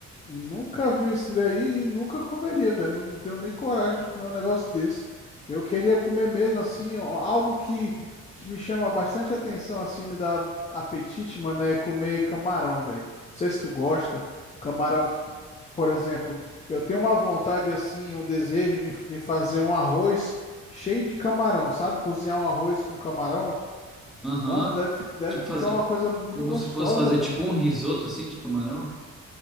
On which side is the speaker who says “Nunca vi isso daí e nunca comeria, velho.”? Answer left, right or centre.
Left